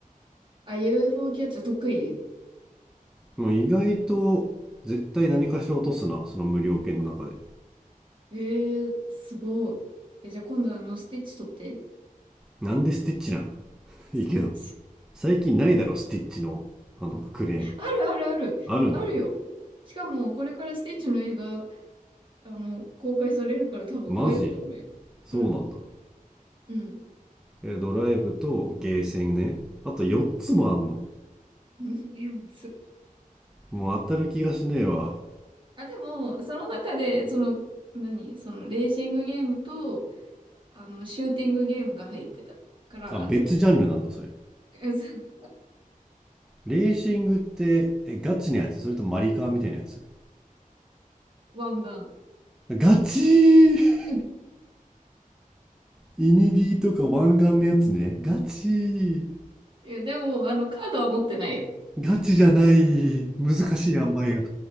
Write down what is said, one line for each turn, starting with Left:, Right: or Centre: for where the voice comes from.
Right: あ、UFO キャッチャー得意
Centre: もう意外と絶対何かしら落とすな、その無料券の中で。
Right: えー、すごい。え、じゃあ今度あの、スティッチ取って。
Centre: なんでスティッチなん <laughs>
Right: <laughs>
Centre: いいけど。最近ないだろ、スティッチのあのクレーン。
Right: あるあるある。
Centre: あるんだ。
Right: あるよ。しかも、これからスティッチの映画、あの、公開されるから多分増えると思うよ。
Centre: マジそうなんだ。
Right: うん。うん。
Centre: え、ドライブとゲーセンね。あと4つもあんの。
Right: うん。
Centre: もう当たる気がしねえわ。
Right: あ、でも、その中で、その、何その、レーシングゲームと、あの、シューティングゲームが入ってた。から、
Centre: あ、別ジャンルなんだ、
Right: あと3つ。
Centre: それ。
Right: <laughs> えそう
Centre: レーシングって、え、ガチのやつそれともマリカーみたいなやつ
Right: ワンガン
Centre: ガチー
Right: うん
Centre: イニディとか湾岸のやつね。ガチー
Right: いや、でも、あの、カードは持ってないよ。
Centre: ガチじゃない。難しい塩梅が。